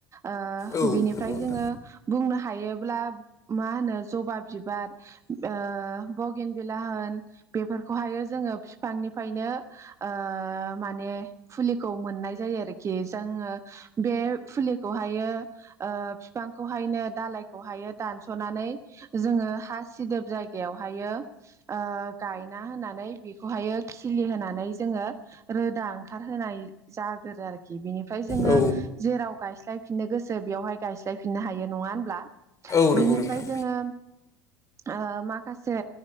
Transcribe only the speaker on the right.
ओ
बिनिफ्राय
जोङो बुंनो हायोब्ला मा होनो जबा बिबार ओ बगेनबिला होन बेफोरखौहाय जोङो बिफांनिफ्रायनो ओ माने फुलि खौ मोननाय जायो आरोखि जोङो बे फुलिखौहायो ओ फिफां खौहायनो दालायखौहायो दानस'नानै जोङो हा सिदोब जायगायावहायो ओ गायना होनानै बेखौहायो खिलि होनानै जोङो रोदा ओंखारहोनाय जागोरो आरोखि बिनि फ्राय जोङो
जेराव गायस्लायफिननो गोसो बेवहाय गायस्लायफिननो हायो नङा होनब्ला?
बिनिफ्राय
जोङो ओ माखासे